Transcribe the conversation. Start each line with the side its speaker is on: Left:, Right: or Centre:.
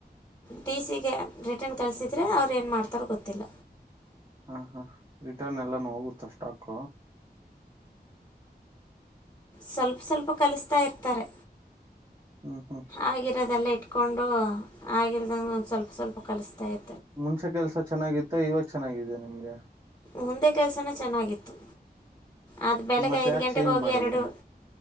Left: ಡಿ ಸಿ ಗೆ ರಿಟರ್ನ್ ಕಲ್ಸಿದ್ರೆ ಅವ್ರು ಏನು ಮಾಡ್ತಾರ ಗೊತ್ತಿಲ್ಲ
Right: ಹಾ ಹಾ ರಿಟರ್ನ್ ಎಲ್ಲಾನ ಹೋಗುತ್ತ ಸ್ಟಾಕ್
Left: ಸ್ವಲ್ಪ ಸ್ವಲ್ಪ ಕಲಿಸ್ತಾ ಇರ್ತಾರೆ
Right: ಹ್ಮ್ ಹ್ಮ್
Left: ಆಗಾಗಿರೋದೆಲ್ಲ ಇಟ್ಕ ಕೊಂಡು ಆಗಿಲ್ದಂಗ ಸ್ವಲ್ಪ ಸ್ವಲ್ಪ ಕಲಿಸತಾ ಇ
Right: ಮುಂಚೆ ಕೆಲ್ಸ ಚೆನ್ನಾಗಿತ್ತು ಇವಾಗ ಚೆನ್ನಾಗಿದ ನಿಮ್ಗೆ
Left: ಮುಂದೆ ಕೆಲಸನ ಚೆನ್ನಾಗಿತ್ತು ಅದು ಬೆಳಗ್ಗೆ
Right: ಮತ್ತೆ
Left: ಐದು
Right: ಯಾಕೆ
Left: ಗಂಟೆಗೆ
Right: ಚೇಂಜ್
Left: ಹೋಗಿ
Right: ಮಾಡಿದ್ರೆ
Left: ಎರಡು